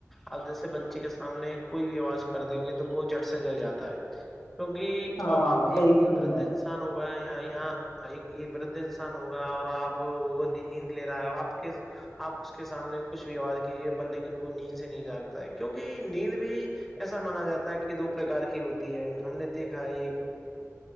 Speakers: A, in the centre; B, on the left (about 85°).
A: آپ جیسے بچے کے سامنے کوئی بھی آواز کر دیں گے تو بہت جھٹ سے جل جاتا ہے کیونک
B: ہاں
A: آپ
B: صحیح
A: ایک
B: فرمایا
A: وردھ
B: آپ
A: انسان ہو گا یہاں ایک ایک بردد انسان ہوگا اور آپ وہ نیند لے رہا ہے آپ کے آپ اس کے سامنے کچھ بھی آواز کیجیے پر لیکن وہ نیند سے نہیں جاگتا ہے کیونکہ نیند بھی ایسا مانا جاتا ہے کہ دو پرکار کی ہوتی ہے ہم نے دیکھا ہے ایک